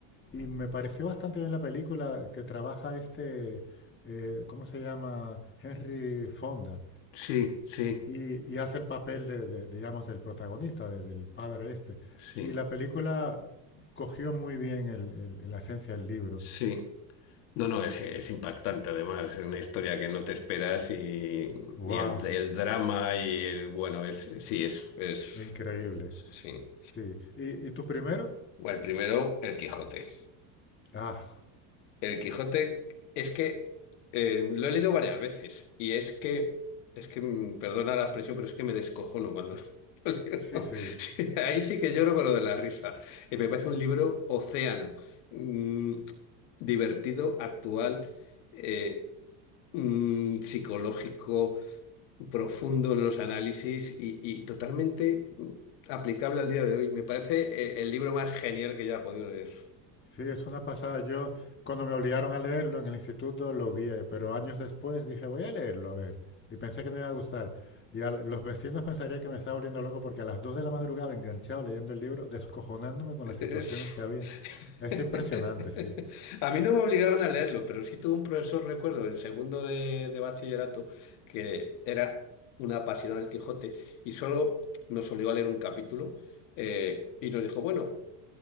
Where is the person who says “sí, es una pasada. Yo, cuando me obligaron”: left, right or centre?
Left